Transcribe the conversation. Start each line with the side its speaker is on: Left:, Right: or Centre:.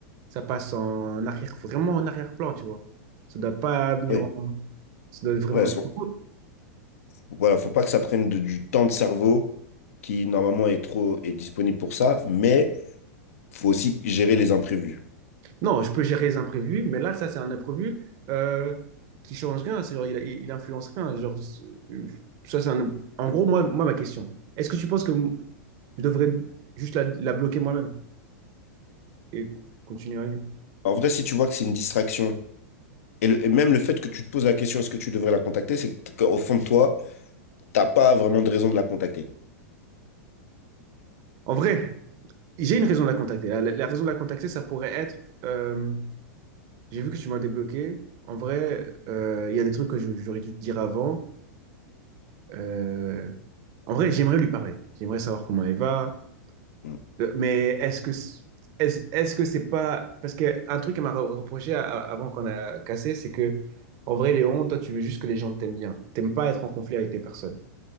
Right: ça passe en arrière, vraiment en arrière-plan, tu vois. Ça ne doit pas venir
Left: Oui,
Right: en... Ça doit vraiment...
Left: ouais, c'est vrai.
Right: Du coup,
Left: Voilà, faut pas que ça prenne de- du temps de cerveau qui normalement est trop est disponible pour ça, mais faut aussi gérer les imprévus.
Right: Non, je peux gérer les imprévus, mais là, ça, c'est un imprévu euh, qui change rien. C'est genre, il, il il influence rien. Genre, c'est- ça, c'est un- En gros, moi, moi, ma question, est-ce que tu penses que je devrais juste la, la bloquer moi-même et continuer à vie?
Left: En vrai, si tu vois que c'est une distraction, et, le- et même le fait que tu te poses la question est-ce que tu devrais la contacter, c'est que- qu'au fond de toi, t'as pas vraiment de raison de la contacter.
Right: En vrai, j'ai une raison de la contacter. La, la- la raison de la contacter, ça pourrait être, euh, j'ai vu que tu m'as débloqué. En vrai, euh, il y a des trucs que je- j'aurais dû te dire avant. Euh, en vrai, j'aimerais lui parler. J'aimerais savoir comment elle va.
Left: Mm.
Right: Euh, Mais est-ce que est-ce est-ce que c'est pas parce que un truc qu'elle m'a re- reproché à- à- avant qu'on a cassé, c'est que en vrai Léon, toi tu veux juste que les gens t'aiment bien. T'aimes pas être en conflit avec les personnes.